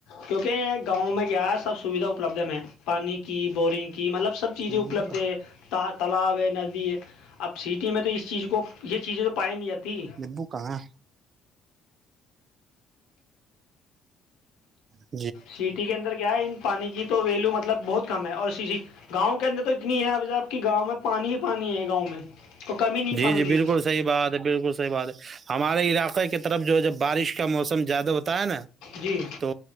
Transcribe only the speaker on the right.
نیمبو
کا
نیمبو کہاں ج
جی
جی
بالکل صحی بات ہے بالکل صحیح بات ہے ہم ہمارے علاقے کی طرف جو ہے جب بارش کا موسم زیادہ ہوتا ہے نا
تو